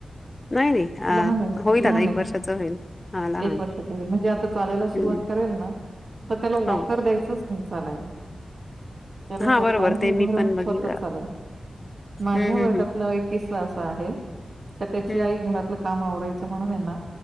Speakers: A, on the left; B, on the right.
A: नाही नाही अ
B: लहान आहेस
A: होईल आता
B: लहान
A: एक
B: आहे
A: वर्षाच होईल हा लहान
B: एक वर्षाच होईल म्हणजे आता चालायला सुरुवात
A: हम्म
B: करेल ना तर त्याला
A: हा
B: वॉकर द्यायचच नाही चालायला. त्याला
A: हा
B: स्वतःहून
A: बरोबर ते
B: उभं
A: मी
B: राहून
A: पण बघितलं
B: स्वतः चालाय
A: हम्म
B: माझ्या
A: हम्म
B: वर्गातला
A: हम्म
B: एक किस्सा अस आहे. का त्याची
A: हम्म
B: आई घरातलं काम आवरायच म्हणून आहे ना